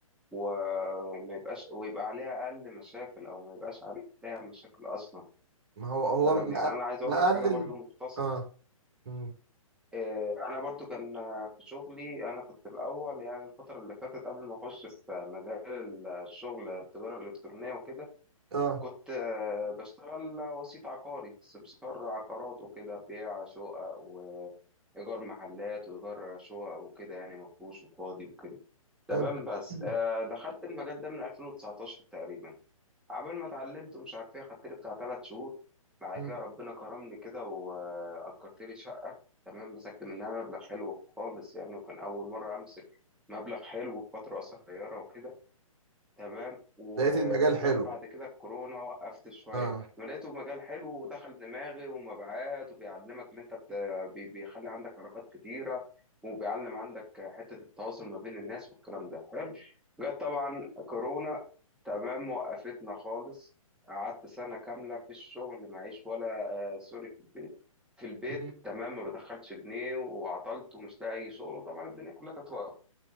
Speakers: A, in the centre; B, on the right (about 50°).
A: وما يبقاش ويبقى عليها اقل مشاكل او ما يبقاش عليها مشاكل اصلا
B: ما هو هو
A: تمام
B: مق-
A: يعني انا عايز
B: مقلل
A: اقول لك حاجة برضو مختصرة
B: اه مم.
A: آه، انا برضو كان في شغلي انا كنت الاول يعني الفترة اللي فاتت قبل ما اخش في مجال الشغل التجارة الالكترونية وكده
B: اه
A: كنت آه، بشتغل وسيط عقاري سمسار عقارات وكده بيع شقق وإيجار محلات وإيجار شقق وكده يعني مفروش وفاضي وكده تمام
B: حلو
A: بس
B: <clears throat>
A: آه، دخلت المجال ده من 2019 تقريبا قبل ما اتعلمت ومش عارف ايه خدت لي بتاع تلات شهور بعد
B: مم.
A: كده ربنا كرمني كده وأجرت لي شقة تمام مسكت منها مبلغ حلو خالص يعني وكان أول مرة أمسك مبلغ حلو في فترة قصيرة وكده تمام وجت
B: لقيت المجال حلو
A: بعد كده الكورونا وقفت شوية
B: اه
A: ولقيته مجال حلو ودخل دماغي ومبيعات وبيعلمك اللي انت بت... بي- بيخلي عندك علاقات كتيرة وبيعلم عندك حتة التواصل ما بين الناس والكلام ده حلو جت طبعا كورونا تمام وقفتنا خالص قعدت سنة كاملة في الشغل معيش ولا آه سوري في البيت في البيت
B: مم.
A: تمام ما بدخلش جنيه وعطلت ومش لاقي شغل وطبعا الدنيا كلها كانت واقفة